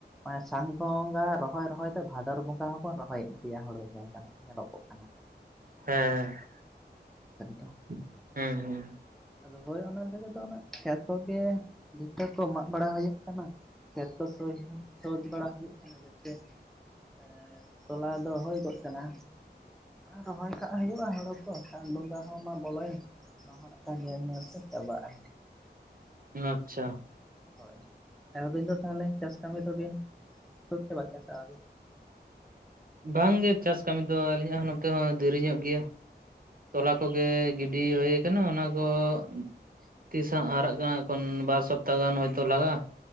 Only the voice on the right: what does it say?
ᱦᱮᱸ ᱾
<inaudible> ᱦᱮᱸ ᱦᱩᱸ᱾
ᱚᱸ ᱟᱪᱪᱷᱟ᱾
ᱵᱟᱝ ᱜᱮ ᱪᱟᱥ ᱠᱟᱹᱢᱤ ᱫᱚ᱾ ᱟᱹᱞᱤᱧᱟᱜ ᱦᱚᱸ ᱱᱚᱛᱮ ᱦᱚᱸ ᱫᱮᱨᱤ ᱧᱚᱜ ᱜᱮᱭᱟ᱾ ᱛᱚᱞᱟ ᱠᱚᱜᱮ ᱜᱤᱰᱤ ᱦᱩᱭ ᱠᱟᱱᱟ ᱚᱱᱟ ᱠᱚ ᱩᱸᱜ ᱛᱤᱥ ᱦᱟᱸᱜ ᱦᱟᱨᱟᱜ ᱠᱟᱱᱟ ᱮᱠᱷᱚᱱ ᱵᱟᱨ ᱥᱚᱯᱛᱟᱦ ᱜᱟᱱ ᱦᱚᱭᱛᱚ ᱞᱟᱜᱟᱜ-ᱟ᱾